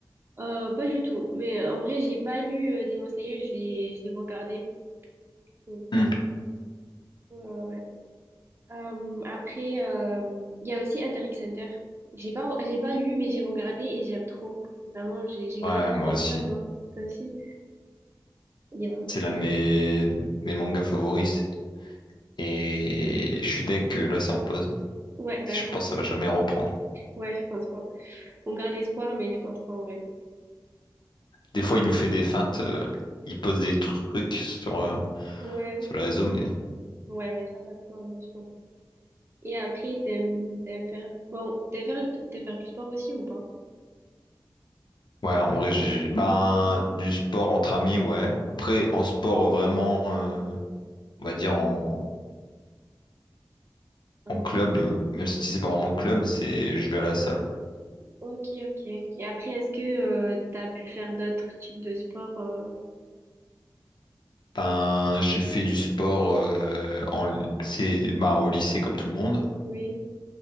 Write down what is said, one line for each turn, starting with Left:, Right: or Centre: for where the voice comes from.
Right: Euh, pas du tout. Mais euh, en vrai, j'ai pas lu euh, Demon Slayer, je l'ai je l'ai regardé. Donc,
Left: Hmm.
Right: euh, ouais, ouais. Euh, après, euh, il y a aussi Hunter x Hunter. J'ai pas, re- j'ai pas lu, mais j'ai regardé et j'aime trop. Vraiment, j'ai j'ai grandi
Left: Ouais, moi
Right: avec
Left: aussi.
Right: ça, moi. Toi aussi? Il est vraiment
Left: C'est
Right: trop.
Left: l'un de mes, mes mangas favoris. Et je suis deg que là, c'est en pause.
Right: Ouais, bah,
Left: Je
Right: enfin,
Left: pense que ça va jamais reprendre.
Right: ouais, je pense pas. On garde espoir, mais je pense pas en vrai.
Left: Des fois, il nous fait des feintes. euh, il pose des trucs sur, euh,
Right: Ouais,
Left: sur le réseau. Mais
Right: ouais, mais ça passe pas en vrai, je pense. Et après, t'aimes t'aimes faire. Bon, t'aimes faire, t'aimes faire du sport aussi ou pas?
Left: ouais, en vrai, j'ai... Ben, du sport entre amis, ouais. Après, en sport, euh, vraiment, euh, on va dire en,
Right: Un
Left: en club,
Right: coup.
Left: euh, même si c'est pas vraiment club, c'est je vais à la salle.
Right: Ok, ok. Et après, est-ce que tu t'as pu faire d'autres types de sports euh,
Left: Ben, j'ai fait du sport euh, en, ly- c'est, ben, au lycée, comme tout le monde.
Right: Oui.